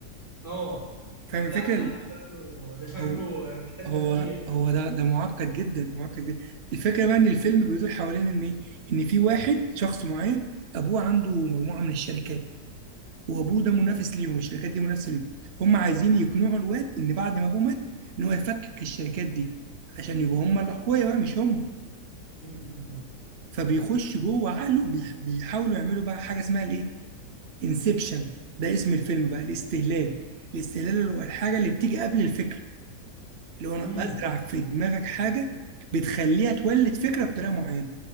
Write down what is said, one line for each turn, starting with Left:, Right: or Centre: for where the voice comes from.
Left: اه
Right: فاهم
Left: لا
Right: الفكره
Left: ده شكله ده شكله
Right: هو
Left: محتاج
Right: هو
Left: تفكير ده
Right: هو ده ده معقد جدا معقد جدا الفكره بقى ان الفيلم بيدور حوالين ان إيه؟ ان في واحد شخص معين ابوه عنده مجموعه من الشركات وابوه ده منافس
Left: مم،
Right: ليهم الشركات دي منافسه ليهم فهم عايزين يقنعوا الواد ان بعد ما ابوه مات ان هو يفكك الشركات دي عشان يبقوا هم
Left: مم،
Right: الاقوياء بقى مش هم
Left: مم، مم،
Right: فبيخش جوه عقله بيح- بيحاولوا يعملوا بقى حاجه اسمها الايه انسبشن ده اسم الفيلم بقى الاستهلال الاستهلال اللي هو الحاجه اللي بتيجي قبل الفكره اللي هو انا
Left: مم.
Right: بزرع في دماغك حاجه بتخليها تولد فكره بطريقه معينه